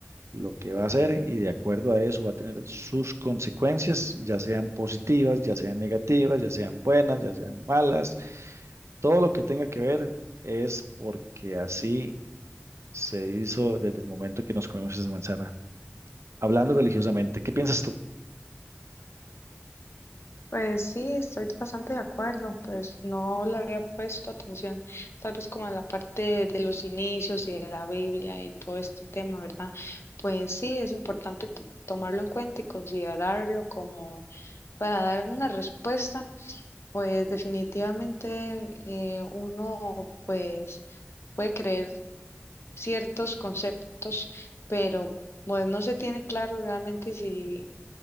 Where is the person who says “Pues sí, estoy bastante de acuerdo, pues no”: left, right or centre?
Left